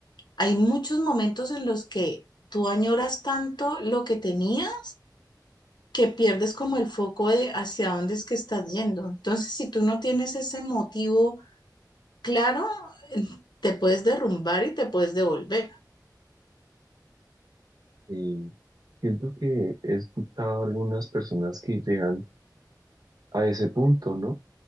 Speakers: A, on the left; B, on the right.
A: Hay muchos momentos en los que tú añoras tanto lo que tenías que pierdes como el foco de hacia dónde es que estás yendo. Entonces, si tú no tienes ese motivo Claro, te puedes derrumbar y te puedes devolver.
B: y siento que he escuchado a algunas personas que llegan a ese punto, ¿no?